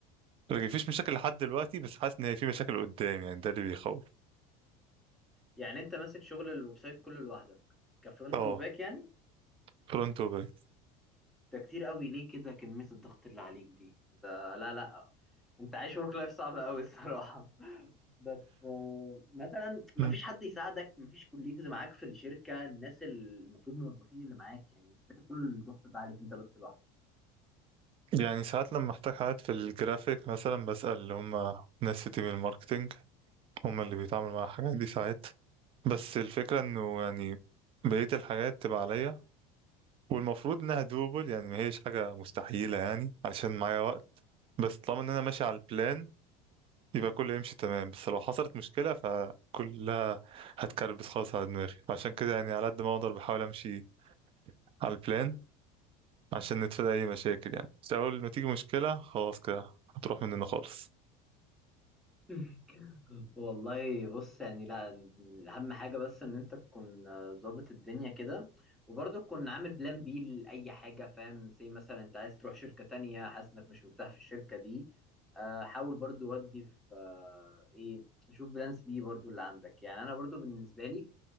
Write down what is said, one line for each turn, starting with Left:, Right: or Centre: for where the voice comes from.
Right: مفيش مشاكل لحد دلوقتي بس حاسس إن هي في مشاكل قدام يعني ده اللي بيخوف
Centre: يعني انت ماسك شغل الويب سايت كله لوحدك كفرونت
Right: اه
Centre: وباك يعني؟
Right: فرونت وباك
Centre: ده كتير قوي ليه كده كمية الضغط اللي عليك دي؟ ده لا لا انت عايش ورك لايف صعب قوي الصراحة <laughs> بس آه، مثلا مفيش
Right: ما
Centre: حد يساعدك مفيش كوليجز معاك في الشركة الناس المفروض موظفين اللي معاك يعني ازاي كل الضغط ده عليك انت بس لوحدك
Right: يعني ساعات لما احتاج حاجات في الجرافيك مثلا بسأل اللي هم ناس في تيم الماركتينج هم اللي بيتعاملوا مع الحاجات دي ساعات بس الفكرة انه يعني بقية الحاجات تبقى عليا والمفروض انها دوبل يعني ما هيش حاجة مستحيلة يعني علشان معايا وقت بس طالما ان انا ماشي على البلان يبقى كله يمشي تمام بس لو حصلت مشكلة فكلها هتكربس خالص على دماغي فعشان كده يعني على قد ما اقدر بحاول امشي على البلان عشان نتفادى اي مشاكل يعني بس اول ما تيجي مشكلة خلاص كده هتروح مننا خالص
Centre: <laughs> والله بص يعني لا اهم حاجه بس ان انت تكون آه، ظابط الدنيا كده وبرضه تكون عامل بلان بي لاي حاجه فاهم زي مثلا انت عايز تروح شركه تانية حاسس انك مش مرتاح في الشركه دي آه، حاول برضه ودي في آه، ايه شوف بلانس بي برضه اللي عندك يعني انا برضه بالنسبه لي